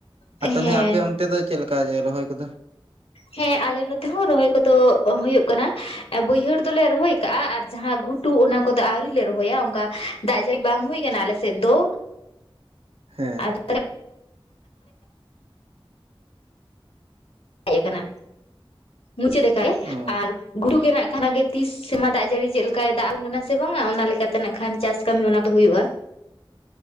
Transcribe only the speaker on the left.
ᱦᱮᱸ
ᱦᱮᱸ ᱟᱞᱮ ᱱᱚᱛᱮ ᱦᱚᱸ ᱨᱚᱦᱚᱭ ᱠᱚ ᱫᱚ ᱦᱩᱭᱳᱜ ᱠᱟᱱᱟ ᱵᱟᱹᱭᱦᱟᱹᱲ ᱫᱚᱞᱮ ᱨᱚᱦᱚᱭ ᱠᱟᱜᱼᱟ ᱟᱨ ᱡᱟᱦᱟᱸ ᱜᱷᱩᱴᱩ ᱴᱩ ᱚᱱᱟ ᱠᱚᱫᱚ ᱟᱹᱣᱨᱤ ᱞᱮ ᱨᱚᱦᱚᱭᱟ ᱚᱝᱠᱟ ᱫᱟᱜ ᱡᱟᱹᱲ ᱵᱟᱝ ᱦᱩᱭ ᱟᱠᱟᱱᱟ ᱟᱞᱮ ᱥᱮᱫ ᱫᱚ,
ᱟᱫᱚ ᱦᱮᱡ ᱟᱠᱟᱱᱟ ᱢᱩᱪᱟᱹᱫ ᱞᱮᱠᱟ ᱜᱮ
ᱟᱨ ᱜᱷᱩᱴᱩ ᱜᱮᱱᱟᱜ ᱠᱷᱟᱱ ᱜᱮ ᱛᱤᱥ ᱥᱮᱢᱟ ᱫᱟᱜ ᱡᱟᱹᱲᱤ ᱪᱮᱫ ᱞᱮᱠᱟᱭ ᱫᱟᱜ ᱟᱵᱚᱱ ᱠᱟᱱᱟ ᱥᱮ ᱵᱟᱝᱟ ᱚᱱᱟ ᱞᱮᱠᱟ ᱛᱮᱱᱟᱜ ᱠᱷᱟᱱ ᱪᱟᱥ ᱠᱟᱹᱢᱤ ᱚᱱᱟ ᱫᱚ ᱦᱩᱭᱩᱜᱼᱟ᱾